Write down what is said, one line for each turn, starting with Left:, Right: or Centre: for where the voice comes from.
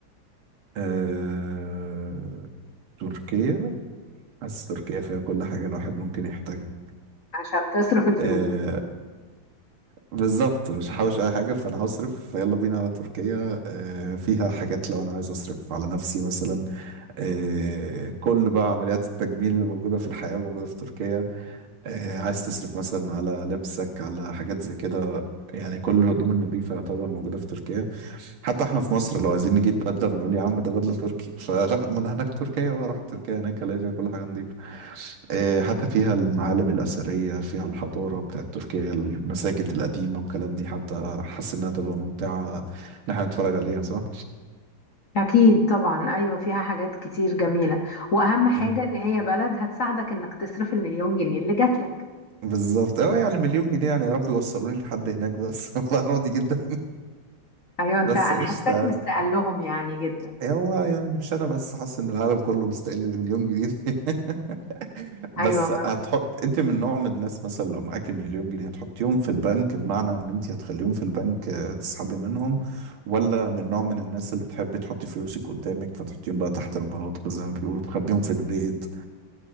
Right: آه... تركيا حاسس تركيا فيها كل حاجة الواحد ممكن يحتاجها
Left: عشان تصرف الفلوس
Right: آه... بالظبط مش هحوش أي حاجة فأنا هصرف فيلا بينا على تركيا آه... فيها حاجات لو أنا عايز أصرف على نفسي مثلا آه... كل بقى عمليات التجميل اللي موجودة في الحياة موجودة في تركيا آه، عايز تصرف مثلا على لبسك على حاجات زي كده يعني كل الهدوم النظيفة يعتبر موجودة في تركيا حتى احنا في مصر لو عايزين نجيب بدلة بنقول يا عم ده بدلة تركي <laughs> فلا من هناك تركيا بقى رحت تركيا هناك الاقي فيها كل حاجة نظيفة آه، حتى فيها المعالم الأثرية فيها الحضارة بتاعت تركيا المساجد القديمة والكلام دي حتى حاسس إنها تبقى ممتعة إن احنا نتفرج عليها صح؟
Left: أكيد طبعا أيوة فيها حاجات كتير جميلة وأهم حاجة
Right: مم.
Left: إن هي بلد هتساعدك إنك تصرف المليون جنيه اللي جات لك
Right: بالظبط اه يعني مليون جنيه يعني يا رب يوصلوني لحد هناك بس <laughs> أبقى راضي جدا
Left: أيوة أنت
Right: بس
Left: أنا
Right: قشطة
Left: حاساك
Right: يعني.
Left: مستقل لهم يعني جدا
Right: إيه، هو يعني مش انا بس حاسس ان العالم كله مستقل بمليون جنيه <laughs> بس
Left: أيوة
Right: هتحط انت من نوع من الناس مثلا لو معاك المليون جنيه هتحطيهم في البنك بمعنى ان انت هتخليهم في البنك آه، تسحبي منهم ولا من نوع من الناس اللي بتحب تحطي فلوسك قدامك فتحطيهم بقى تحت البلاط زي ما بيقولوا تخبيهم في البيت